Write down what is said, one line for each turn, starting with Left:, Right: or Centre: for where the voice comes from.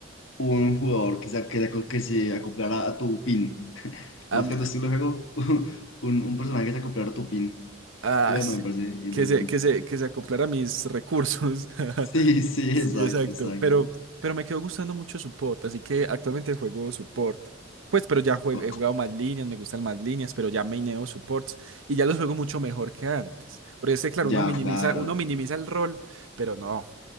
Left: un jugador que se, que se aco- que se acoplara a tu pin. <laughs>
Right: A
Left: Más
Right: mí-
Left: que a tu estilo de juego, <laughs> un, un personaje que se acoplara a tu pin
Right: ah,
Left: jugando
Right: sí,
Left: me parece interesante.
Right: Que se, que se,
Left: <laughs>
Right: que se acoplara a mis recursos. <laughs>
Left: Sí, sí,
Right: Sí,
Left: exacto,
Right: exacto.
Left: exacto.
Right: Pero, pero me quedó gustando mucho support, así que actualmente juego support. Pues, pero ya jue-
Left: Ok,
Right: he jugado más líneas, me gustan más líneas, pero ya maineo supports y ya los juego mucho mejor que antes. Porque este, claro,
Left: Ya,
Right: uno minimiza,
Left: claro.
Right: uno minimiza el rol, pero no,